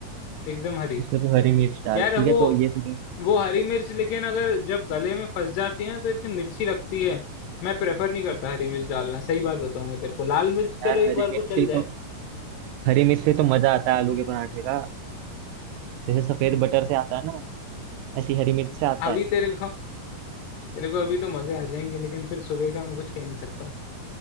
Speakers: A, on the left; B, on the right.
A: एकदम हरी
B: उसमें तो हरी मिर्च डाल
A: यार
B: ठीक
A: वो
B: है तो ये ठीक है
A: वो हरी मिर्च लेकिन अगर जब गले में फंस जाती है ना तो इतनी मिर्ची लगती है मैं प्रेफर नहीं करता हरी मिर्च डालना सही बात बताऊंगा तेरे को लाल मिर्च चलो
B: यार
A: एक
B: हरी
A: बार
B: मिर्च
A: को
B: से
A: चल
B: ही
A: जाए
B: तो हरी मिर्च से ही तो मजा आता है आलू के पराठे का जैसे सफेद
A: <laughs>
B: बटर से आता है ना ऐसी हरी मिर्च से आता
A: अभी
B: है
A: तेरे को तेरे को अभी तो मजे आ जाएंगे लेकिन फिर सुबह का मैं कुछ कह नहीं सकता